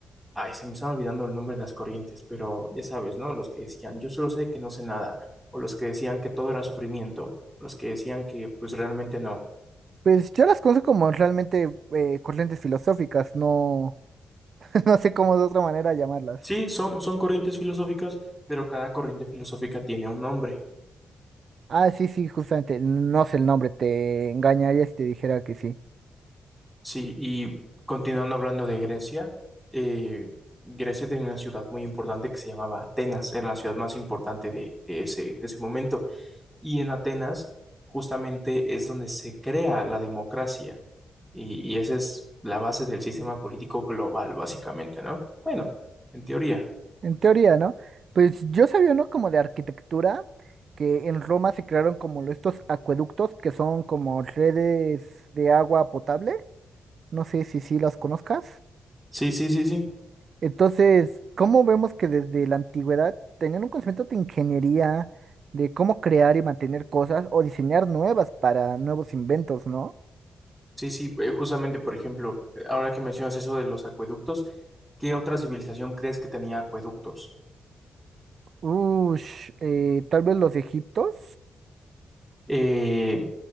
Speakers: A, in the centre; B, on the right (about 60°).
A: Ay, se me están olvidando el nombre de las corrientes, pero ya sabes, ¿no? Los que decían, yo solo sé que no sé nada, o los que decían que todo era sufrimiento, los que decían que pues realmente no.
B: pues yo las conozco como realmente eh, corrientes filosóficas, no, <laughs> no sé cómo de otra manera llamarlas.
A: Sí, son, son corrientes filosóficas, pero cada corriente filosófica tiene un nombre.
B: Ah, sí, sí, justamente, no sé el nombre, te engañaría si te dijera que sí.
A: Sí, y continuando hablando de Grecia, eh, Grecia tenía una ciudad muy importante que se llamaba Atenas, era la ciudad más importante de, de ese, de ese momento. Y en Atenas justamente es donde se crea la democracia y, y esa es la base del sistema político global, básicamente, ¿no? Bueno, en teoría.
B: En teoría, ¿no? Pues yo sabía, ¿no? Como de arquitectura, que en Roma se crearon como estos acueductos que son como redes de agua potable. No sé si sí las conozcas.
A: Sí, sí, sí, sí.
B: Entonces, ¿cómo vemos que desde la antigüedad tenían un concepto de ingeniería, de cómo crear y mantener cosas o diseñar nuevas para nuevos inventos, ¿no?
A: Sí, sí, eh, justamente, por ejemplo, eh, ahora que mencionas eso de los acueductos, ¿qué otra civilización crees que tenía acueductos?
B: Ush, eh, tal vez los egiptos.
A: Eh,